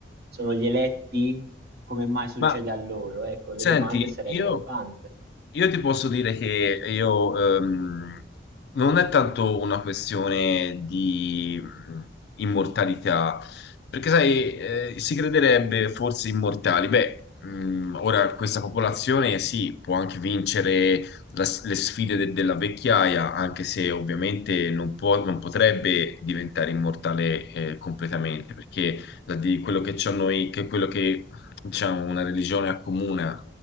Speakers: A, on the right; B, on the left.
A: sono gli eletti, come mai succede
B: ma
A: a loro? Ecco, le
B: senti,
A: domande sarebbero
B: io
A: tante.
B: Io ti posso dire che io ehm, non è tanto una questione di mh, immortalità, perché sai, eh, si crederebbe forse immortali. Beh, mh, ora questa popolazione sì, può anche vincere la s- le sfide de- della vecchiaia, anche se ovviamente non può, non potrebbe diventare immortale eh, completamente, perché la- di quello che c'ho noi, che quello che diciamo una religione accomuna